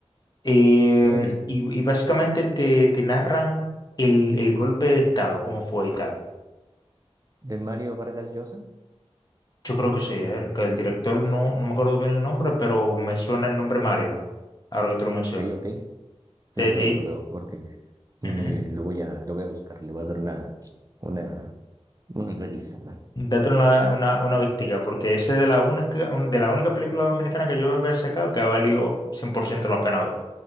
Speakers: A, on the left; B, on the right.
A: Em,
B: Eh,
A: y, y básicamente te, te narran el, el golpe de Estado, cómo fue y tal.
B: ¿De Mario Vargas Llosa?
A: Yo creo que sí, ¿eh? Que el director no, no me acuerdo bien el nombre, pero me suena el nombre Mario, ahora que te lo mencionas.
B: Ok, ok. Lo
A: Te-
B: veo,
A: te-
B: lo veo, porque Me-
A: Ujú.
B: lo voy a, lo voy a buscar, le voy a dar una, una, una revisada.
A: Date una, una, una vistica, porque ese es de la única, un- de la única película dominicana que yo veo que han sacado que ha valido 100% la pena ver.